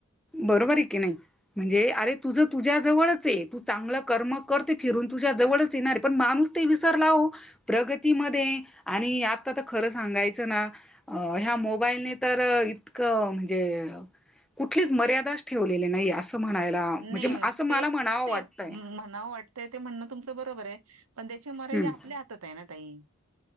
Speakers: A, in the centre; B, on the right.
A: बरोबर आहे की नाही म्हणजे अरे तुझ तुझ्याजवळच आहे तू चांगलं कर्म करते फिरून तुझ्या जवळच येणार आहे, पण माणूस ते विसरला ओ. प्रगतीमध्ये आणि आता तर खरं सांगायचं ना ह्या मोबाईलने तर इतकं म्हणजे कुठलीच मर्यादाच ठेवलेली नाही असं म्हणायला
B: नाही
A: म्हणजे असं मला
B: ते
A: म्हणावं
B: ते
A: वाटतंय.
B: म्हणा वाटतय ते म्हणणं तुमचं बरोबर आहे. पण त्याची मर्यादा
A: हम्म.
B: आपल्या हातात आहे ना ताई.